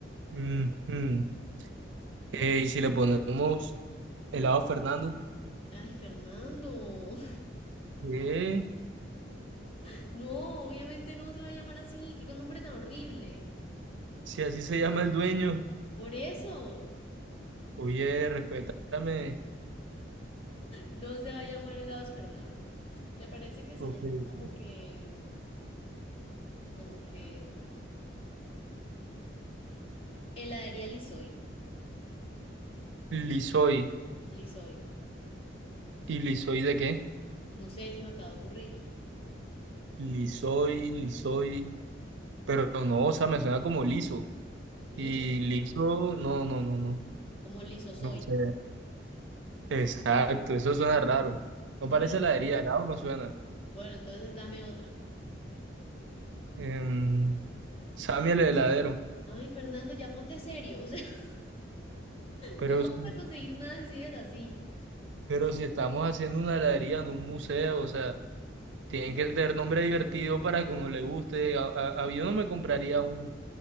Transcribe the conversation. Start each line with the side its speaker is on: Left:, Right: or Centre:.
Right: Ujú. Eh, y si le ponemos helado Fernando,
Left: Ay, Fernando,
Right: ¿Qué?
Left: <laughs> no, obviamente no se va a llamar así, qué nombre tan horrible.
Right: si así se llama el dueño,
Left: Por eso,
Right: oye, respétame.
Left: no se va a llamar helados Fernando. ¿Te parece que se
Right: Ok,
Left: llame
Right: ok.
Left: como que Como que mm, heladería Lisoy.
Right: Lisoy.
Left: Lisoy.
Right: ¿Y Lisoy de qué?
Left: No sé, se me acaba de ocurrir.
Right: Lisoy, Lisoy. Pero no, o sea, me suena como liso.
Left: Liso.
Right: Y liso, no, no, no, no.
Left: Como liso soy.
Right: No sé.
Left: <laughs>
Right: Exacto, eso suena raro. No
Left: Bueno,
Right: parece heladería, helado no suena.
Left: bueno, entonces dame otra.
Right: Em, Sammy el heladero.
Left: Ay, Fernando, ya ponte serio. O sea, <laughs>
Right: Pero,
Left: no vamos
Right: si-
Left: a conseguir nada si sigues así.
Right: pero si estamos haciendo una heladería en un museo, o sea, tienen que tener nombre divertido para que uno le guste. A- a- a- yo no me compraría un,